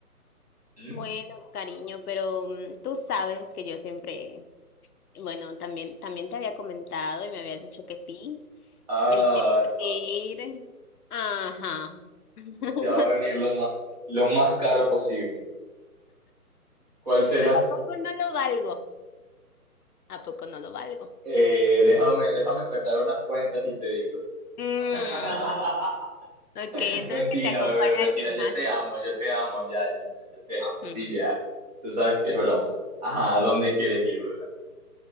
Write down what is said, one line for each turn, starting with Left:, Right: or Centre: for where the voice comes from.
Right: ¿Mm?
Left: Bueno, cariño, pero mm, tú sabes que yo siempre, bueno, también, también te había comentado y me habías dicho que sí,
Right: Ay,
Left: el tema de
Right: no,
Left: ir.
Right: no, no,
Left: Ajá. <laughs>
Right: ya va a venir lo más, lo más caro posible. ¿Cuál será?
Left: Pero ¿a poco no lo valgo? ¿A poco no lo valgo?
Right: Eh, déjame, déjame sacar unas cuentas y te digo.
Left: Mm.
Right: <laughs>
Left: Ok, entonces
Right: Mentira,
Left: que te acompañe
Right: bebé, mentira.
Left: alguien
Right: Yo
Left: más,
Right: te
Left: ¿eh?
Right: amo, yo te amo, ya, ya, ya, yo te amo, sí,
Left: Mm,
Right: ya. Tú sabes que es broma. Ajá, ¿a dónde quieres ir, bebé?